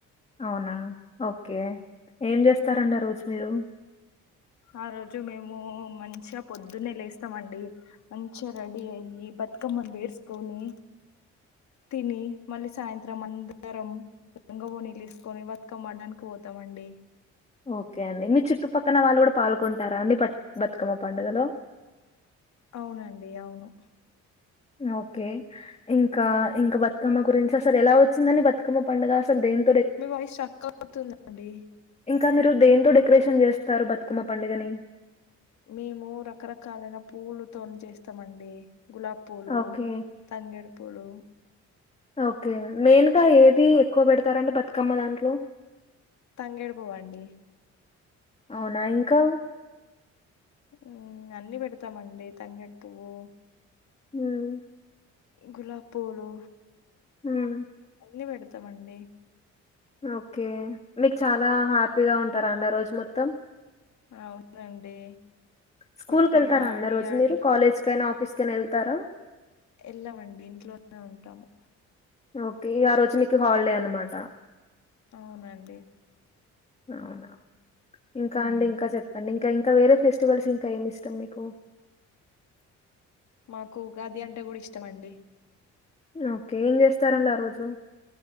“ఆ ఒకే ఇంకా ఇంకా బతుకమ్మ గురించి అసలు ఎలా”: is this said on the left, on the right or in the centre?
Left